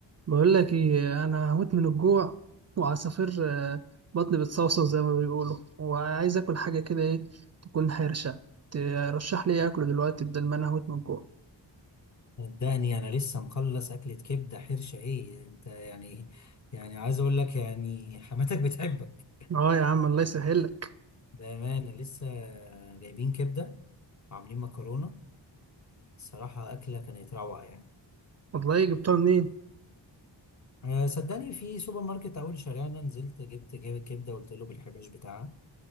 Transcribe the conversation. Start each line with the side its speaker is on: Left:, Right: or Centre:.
Right: بقول لك ايه انا هموت من الجوع وعصافير آه، بطني بتصوصو زي ما بيقولوا وعايز اكل حاجه كده ايه تكون حرشه ترشح لي إيه اكله دلوقتي بدل ما انا هموت من الجوع
Left: صدقني انا لسه مخلص اكلة كبدة حرشة ايه انت يعني يعني عايز اقول لك يعني حماتك بتحبك
Right: اه يا عم الله يسهل لك
Left: بامانة لسه جايبين كبدة وعاملين مكرونة الصراحة اكلة كانت روعة يعني
Right: والله جبتها منين
Left: أه صدقني في سوبر ماركت اول شارعنا نزلت جبت جب- كبدة وقلت له بالحباش بتاعها